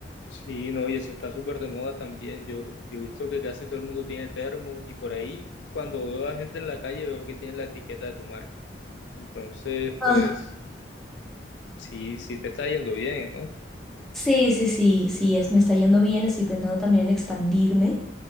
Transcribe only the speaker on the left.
Sí, no, y eso está súper de moda también. Yo, yo he visto que casi todo el mundo tiene termos y por ahí cuando veo a gente en la calle veo que tienen la etiqueta de tu marca. Entonces, pues
sí, sí te está yendo bien, ¿no?